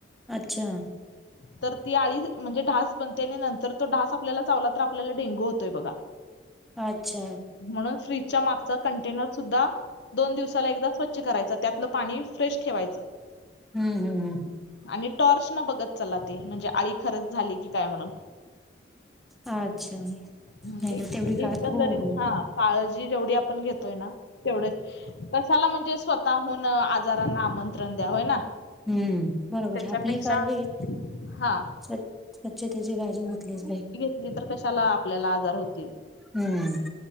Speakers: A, in the centre; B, on the left.
A: अच्छा!
B: तर ती आळी म्हणजे ढास बनते आणि नंतर तो ढास आपल्याला चावला तर आपल्याला डेंगू होतोय बघा.
A: अच्छा
B: म्हणून फ्रीजच्या मागचा कंटेनर सुद्धा. दोन दिवसाला एकदा स्वच्छ करायचा त्यातलं पाणी फ्रेश ठेवायचं.
A: हम्म हम् हम.
B: आणि टॉर्च न बघत चला ते म्हणजे आळी खरंच झाली की काय म्हणून.
A: अच्छा नाही
B: म्हणजे
A: ना तेवढी
B: एकंदरीत
A: काळ हो हो.
B: हा काळजी जेवढी आपण घेतोय ना तेवढं. कशाला म्हणजे स्वतःहून आजारांना आमंत्रण द्या होय ना.
A: हम्म बरोबरं
B: त्याच्यापेक्षा
A: आपली काळजी.
B: हा
A: स्वचं स्वच्छतेची काळजी घेतलीच नाही.
B: नी तर कशाला आपल्याला आजार होतील.
A: हम्म